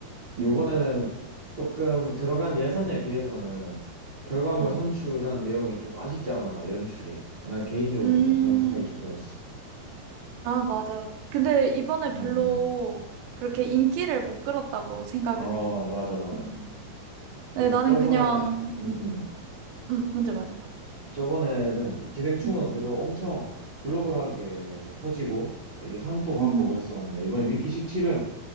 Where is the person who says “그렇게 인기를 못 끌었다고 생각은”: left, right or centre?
Right